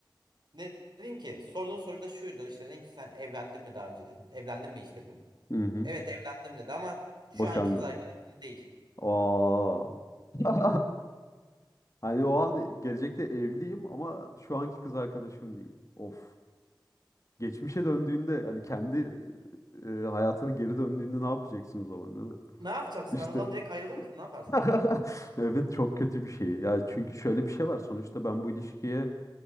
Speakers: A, on the right; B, on the left.
A: Ne- Dedin ki sorduğun soru da şuydu işte dedin ki sen evlendin mi daha önce dedin. Evlendin mi hiç dedin.
B: Hı hı.
A: Evet evlendim dedi ama şu
B: Boşandım.
A: anki kız arkadaşın değil.
B: Aa. <laughs> Hani o an gelecekte evliyim ama şu anki kız arkadaşım değil. Of. Geçmişe döndüğünde hani kendi e, hayatını geri döndüğünde ne yapacaksın o zaman değil mi?
A: Ne yapacaksın
B: İşte
A: kanka? O zaman direkt ayrılır mısın? Ne yaparsın?
B: <laughs> evet çok kötü bir şey. Ya çünkü şöyle bir şey var. Sonuçta ben bu ilişkiye